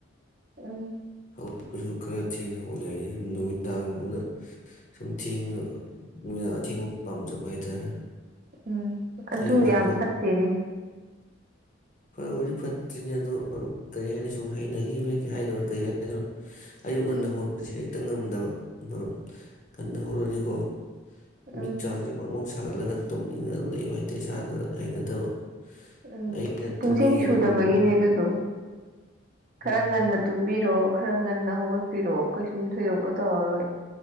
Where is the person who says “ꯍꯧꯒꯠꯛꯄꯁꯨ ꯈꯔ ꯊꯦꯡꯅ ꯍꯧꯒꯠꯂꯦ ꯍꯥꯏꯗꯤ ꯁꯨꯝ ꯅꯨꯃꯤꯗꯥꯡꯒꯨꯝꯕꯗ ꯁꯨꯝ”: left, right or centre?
Left